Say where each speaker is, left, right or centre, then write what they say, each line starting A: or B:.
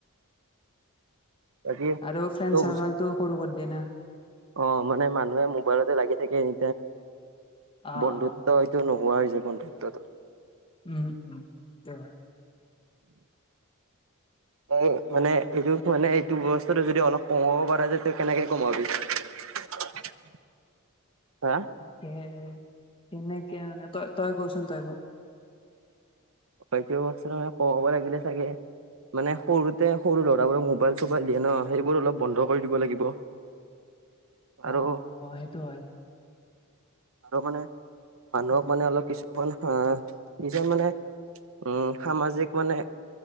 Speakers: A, on the right (about 65°); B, on the left (about 25°).
A: <unintelligible> বাকি
B: আৰু ফ্ৰেণ্ড
A: তোক
B: চাৰ্কলটো সৰু কৰি দিয়ে না
A: অ মানে মানুহে মোবাইলতে লাগি থাকে এই
B: অ
A: বন্ধুত্ব
B: অ
A: হয়তো নোহোৱা হৈ যাব হৈছে বন্ধুত্বটো
B: উম উম সেইটো হয়
A: উ মানে এইটো মানে এইটো ব্যৱস্থাটো যদি অলপ কমাব পাৰে যে তই কেনেকে কমাবি? <unintelligible> হা?
B: কে কেন্নাই <unintelligible> কিয় মানে তই তই কচোন তই ক।
A: হয় অৱা মানে কমাব লাগিলে চাগে মানে সৰু <unintelligible> তেওঁ সৰু ল'ৰাবোক মোবাইল চোবাইল দিয়ে ন সেইবোৰ অলপ বন্ধ কৰি দিব লাগিব। আৰু
B: অ' অ' সেইটো হয়।
A: আৰু মানে মানুহক মানে অলপ কিছুমান আহ কিছুমান মানে উম সামাজিক মানে